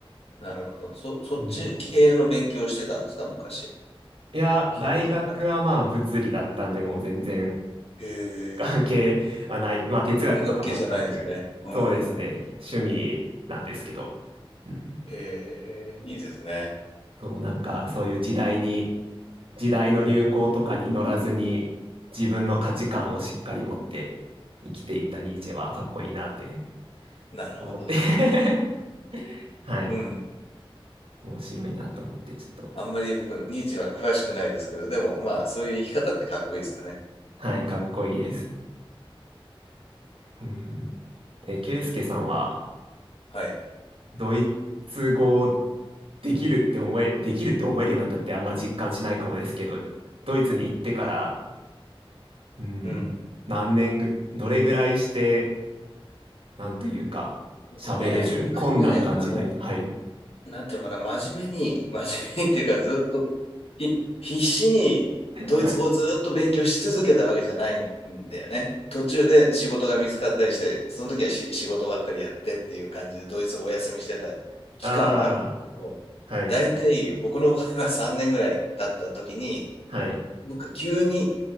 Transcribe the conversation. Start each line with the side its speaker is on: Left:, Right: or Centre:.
Left: なるほど。そ、そっち系の勉強をしてたんですか、
Right: うん。
Left: 昔。
Right: いや、
Left: そういうことじゃなくて。
Right: 大学はまあ物理だったんで、もう全然
Left: へえ。
Right: 関係はない。まあ哲学とか全く、
Left: 文学系じゃないんですね。うん。
Right: そうですね、趣味なんですけど。うん。
Left: へえ、いいですね。
Right: そう、なんかそういう時代に、時代の流行とかに乗らずに、自分の価値観をしっかり持って生きていったニーチェはかっこいいなって
Left: うん。なるほど。
Right: 思って <laughs> はい。
Left: うん。
Right: 面白いなと思って、ちょっと、
Left: あんまり僕、ニーチェは詳しくないですけど、でもまあ、そういう生き方ってかっこいいですよね。
Right: はい、かっこいいです。うん。え、ケイスケさんは、
Left: はい。
Right: ドイツ語できるって思え、できるって思えるようになったってあんま実感しないかもですけど、ドイツに行ってから、うん、
Left: うん。
Right: 何年ぐ、どれぐらいして、なんというか、
Left: 僕ね、
Right: 喋れる、
Left: そんなにね、
Right: 困難感じない。
Left: あの、
Right: はい。
Left: なんていうのかな、真面目に、真面目に <laughs> っていうか、ずっと、ひ必死にドイツ語をずっと勉強し続けたわけじゃないんだよね。
Right: はい。
Left: 途中で仕事が見つかったりして、その時はし仕事ばっかりやってっていう感じで、ドイツ語をお休みしてた期間はあるんだけど、
Right: ああ、はい。
Left: 大体僕の場合は3年ぐらい経った時に、
Right: はい。
Left: なんか急に